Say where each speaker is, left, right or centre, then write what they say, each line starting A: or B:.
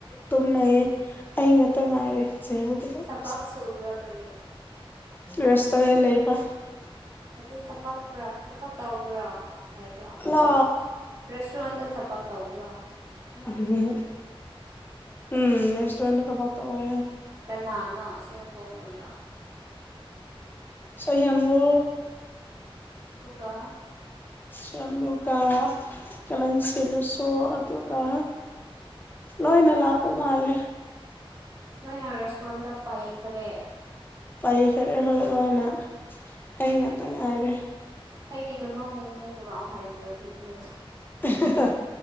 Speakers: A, on the left; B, on the right.
A: ꯇꯨꯝꯅꯩꯌꯦ ꯑꯩ ꯉꯥꯛꯇ ꯉꯥꯏꯔꯦ ꯖꯦꯜꯗ ꯂꯩꯕꯁꯦ
B: ꯊꯕꯥꯛ ꯁꯨꯕ꯭ꯔꯥ ꯀꯔꯤ
A: ꯔꯦꯁꯇꯨꯔꯦꯟ ꯂꯩꯕ
B: ꯑꯗꯨ ꯊꯕꯛꯔꯥ ꯊꯕꯛ ꯇꯧꯕ꯭ꯔꯥ ꯍꯥꯏꯕ
A: ꯂꯥ
B: ꯔꯦꯁꯇꯨꯔꯦꯟꯗ ꯊꯕꯛ ꯇꯧꯕ꯭ꯔꯥ
A: ꯑꯗꯨꯗꯤ ꯎꯝ ꯔꯦꯁꯇꯨꯔꯦꯟꯠꯇꯥ ꯊꯕꯛ ꯇꯧꯋꯦ
B: ꯅ ꯅ ꯁꯤ ꯌꯦꯝ ꯄꯣꯝꯅꯔꯣ
A: ꯁꯤ ꯌꯥꯝꯕꯨ
B: ꯑꯗꯨꯒ
A: ꯆꯤ ꯌꯦꯝ ꯂꯨꯀꯥ ꯀꯂꯟ ꯁꯤꯜꯂꯨꯁꯨ ꯑꯗꯨꯒ ꯂꯣꯏꯅ ꯂꯥꯛꯄ ꯃꯥꯂꯦ
B: ꯂꯣꯏꯅ ꯔꯦꯁꯇꯨꯔꯦꯟꯗ ꯄꯩꯒꯔꯦ
A: ꯄꯥꯏꯈꯔꯦ ꯍꯣꯢ ꯂꯣꯏꯅ ꯑꯩ ꯉꯥꯛꯇ ꯉꯥꯏꯔꯦ
B: ꯑꯩꯒꯤꯗꯃꯛ ꯃꯣꯃꯣ ꯄꯨꯔꯛꯑꯣ ꯍꯥꯏꯕꯤꯌꯣ ꯑꯗꯨꯗꯤ
A: ꯑꯍꯦꯍꯥ